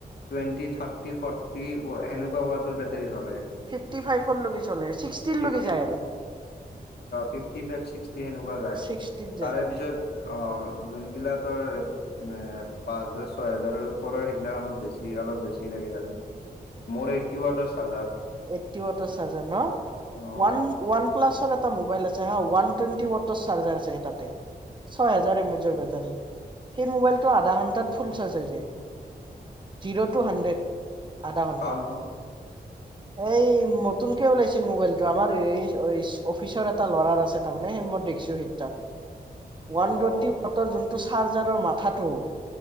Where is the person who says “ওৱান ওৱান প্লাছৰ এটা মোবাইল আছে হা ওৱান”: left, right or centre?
Right